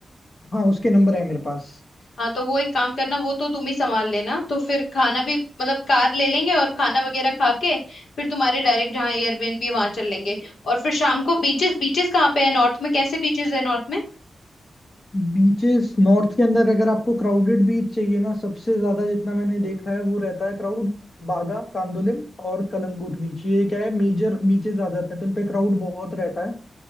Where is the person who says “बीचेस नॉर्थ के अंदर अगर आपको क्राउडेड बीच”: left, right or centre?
Left